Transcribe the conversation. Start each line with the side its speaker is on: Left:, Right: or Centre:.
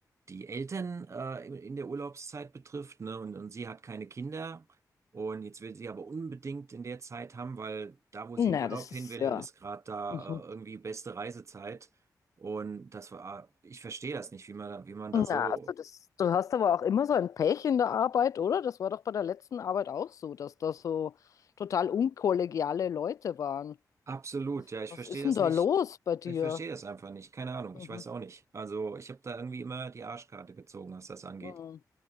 Right: die Eltern äh, in in der Urlaubszeit betrifft, ne? Und, und sie hat keine Kinder. Und jetzt will sie aber unbedingt in der Zeit haben, weil da, wo sie
Left: Na,
Right: in Urlaub
Left: das
Right: hin
Left: ist
Right: will,
Left: ja.
Right: ist gerade da
Left: Mhm.
Right: äh, irgendwie beste Reisezeit. Und das war, äh, ich verstehe das nicht, wie man, da- wie man da
Left: Na,
Right: so
Left: also das, du hast aber auch immer so ein Pech in der Arbeit, oder? Das war doch bei der letzten Arbeit auch so, dass da so total unkollegiale Leute waren.
Right: absolut, ja, ich
Left: Was
Right: verstehe
Left: ist
Right: das
Left: denn da
Right: nicht.
Left: los bei dir?
Right: Ich verstehe das einfach nicht. Keine Ahnung,
Left: Mhm.
Right: ich weiß auch nicht. Also ich habe da irgendwie immer die Arschkarte gezogen, was das angeht.
Left: Mhm.